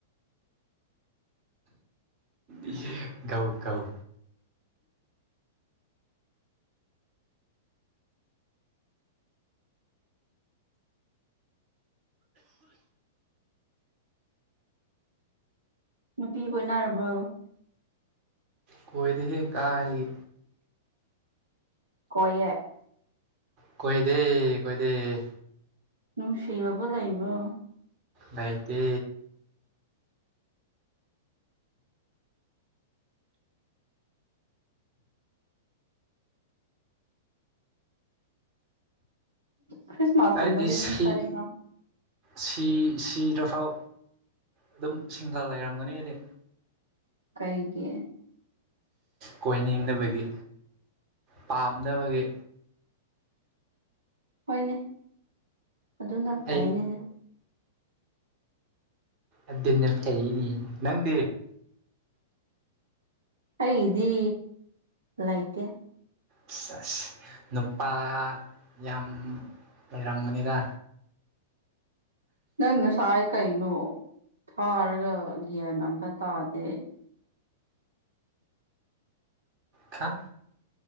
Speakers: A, on the right; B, on the right.
A: ꯢꯍꯦ ꯒꯧ ꯒꯧ
B: ꯅꯨꯄꯤ ꯀꯣꯏꯅꯔꯕ꯭ꯔꯣ
A: ꯀꯣꯏꯗꯦꯍꯦ ꯀꯥꯏꯗꯒꯤ
B: ꯀꯣꯏꯌꯦ
A: ꯀꯣꯏꯗꯦ ꯀꯣꯏꯗꯦ
B: ꯅꯨꯡꯁꯤꯕꯕꯨ ꯂꯩꯕ꯭ꯔꯣ
A: ꯂꯩꯇꯦ
B: ꯈ꯭ꯔꯤꯁꯃꯥꯁ ꯀꯨꯝꯕꯗꯤ
A: ꯑꯩꯗꯤ
B: ꯑꯗꯨꯝ
A: ꯁꯤ
B: ꯆꯠꯂꯤꯀꯥ
A: ꯁꯤ ꯁꯤꯗ꯭ꯔꯐꯥꯎ ꯑꯗꯨꯝ ꯁꯤꯡꯒꯜ ꯂꯩꯔꯝꯒꯅꯤ ꯑꯩꯗꯤ
B: ꯀꯩꯒꯤ
A: ꯀꯣꯏꯅꯤꯡꯗꯕꯒꯤ ꯄꯥꯝꯗꯕꯒꯤ
B: ꯍꯣꯏꯅꯦ ꯑꯗꯨꯅ ꯐꯩꯅꯦꯅꯦ
A: ꯑꯩ ꯑꯗꯨꯅ ꯐꯩꯅꯦ ꯅꯪꯗꯤ
B: ꯑꯩꯒꯤꯗꯤ ꯂꯩꯇꯦ
A: ꯑꯁ ꯑꯁ ꯅꯨꯄꯥ ꯌꯥꯝ ꯂꯩꯔꯝꯒꯅꯤꯗ
B: ꯅꯪ ꯉꯁꯥꯏ ꯀꯩꯅꯣ ꯊꯥꯔꯒ ꯒ꯭ꯌꯥꯟ ꯑꯝꯇ ꯇꯥꯗꯦ
A: ꯈꯥ